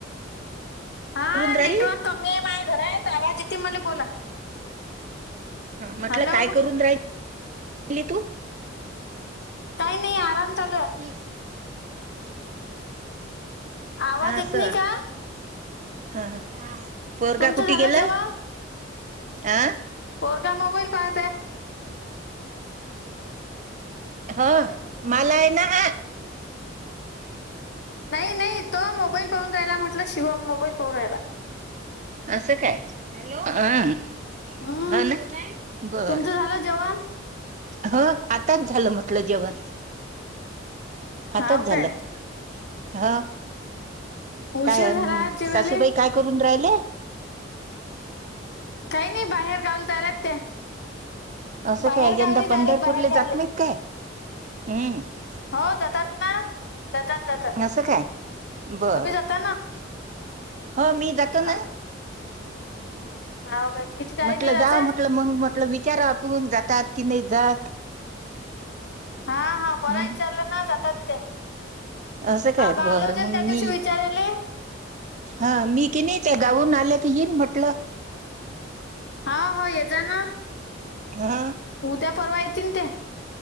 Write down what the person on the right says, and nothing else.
राहिली
ह म्हटलं
काय करून राहील तू?
तीस.
आस
हा हा! पोरग
कुठी
गेला
आ.
ह माला आहे ना हा.
असं काय हॅलो अं.
ह ना बर!
ह आताच झालं, म्हटलं जेवण.
आताच
झालं ह!
काय अ
सासूबाई काय करून राहिल्या?
असं
काय
यंदा
पंढरपूरला
जात नाहीत काय हम्म
असं काय बरं
हो मी जातो
ना.
म्हटलं जा
म्हटलं, मंग म्हटलं विचारा आपून जातात की नही जात
हम्म
असं काय
बरं
मंग
मी
हा मी कि नाही ते गाववून आले की येईन म्हटलं.
हा